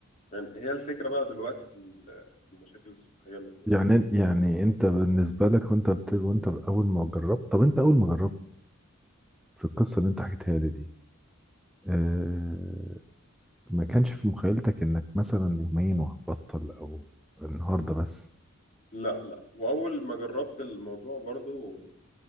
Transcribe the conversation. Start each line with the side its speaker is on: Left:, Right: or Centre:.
Left: فاهم هي الفكره بقى دلوقتي في ال- في المشاكل الصحيه اللي بتواجهني
Centre: يعني يعني انت بالنسبه لك وانت بت... وانت اول ما جربت طب انت اول ما جربت في القصه اللي انت حكيتها لي دي اه... ما كانش في مخيلتك انك مثلا يومين وهتبطل او النهارده بس
Left: لا لا واول ما جربت الموضوع برضو